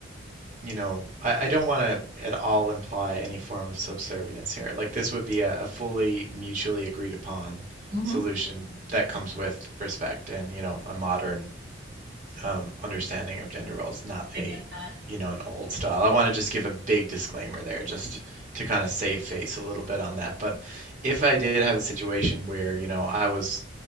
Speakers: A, on the right (about 40°); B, on the right (about 60°).
A: you know, I, I don't want to at all imply any form of subservience here. Like this would be a, a fully mutually agreed upon
B: hmm
A: solution that comes with respect and, you know, a modern um, understanding of gender roles, not a,
B: I get that.
A: you know, an old style. I want to just give a big disclaimer there just to kind of save face a little bit on that. But if I did have a situation where, you know, I was